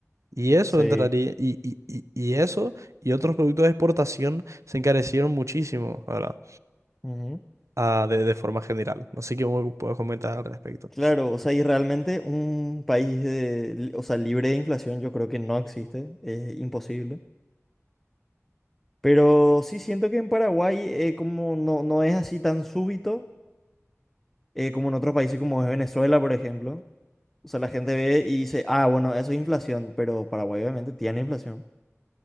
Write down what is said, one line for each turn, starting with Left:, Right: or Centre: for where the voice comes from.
Right: Y eso
Centre: Sí.
Right: entraría, y, y, y- y eso y otros productos de exportación se encarecieron muchísimo, ¿verdad?
Centre: Ujú.
Right: Ah, de, de forma general. No sé qué me puedes comentar al respecto.
Centre: Claro, o sea, y realmente un país de, li- o sea, libre de inflación yo creo que no existe, es imposible. Pero sí siento que en Paraguay eh, como no, no es así tan súbito eh, como en otros países como es Venezuela, por ejemplo. O sea, la gente ve y dice, ah, bueno, eso es inflación, pero Paraguay obviamente tiene inflación.